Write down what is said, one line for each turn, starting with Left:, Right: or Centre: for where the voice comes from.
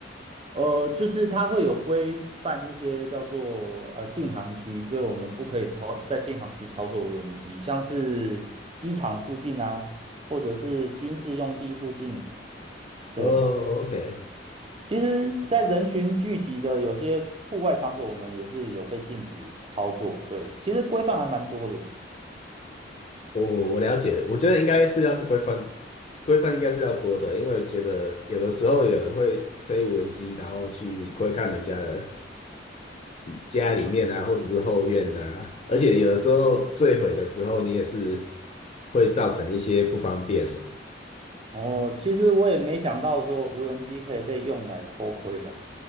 Right: 呃，就是它会有规范一些叫做呃禁航区，所以我们不可以操在禁航区操作无人机，像是机场附近啊，或者是军事用地附近。对，
Left: 哦，OK，
Right: 其实，在人群聚集的有些户外场所，我们也是有被禁止操作。对，其实规范还蛮多的。
Left: 我我了解，我觉得应该是要是规范，规范应该是要多的，因为觉得有的时候有人会飞无人机，然后去窥看人家的家里面啊，或者是后院啊，而且有的时候坠毁的时候，你也是会造成一些不方便嘛。
Right: 哦，其实我也没想到说无人机可以被用来偷窥啊。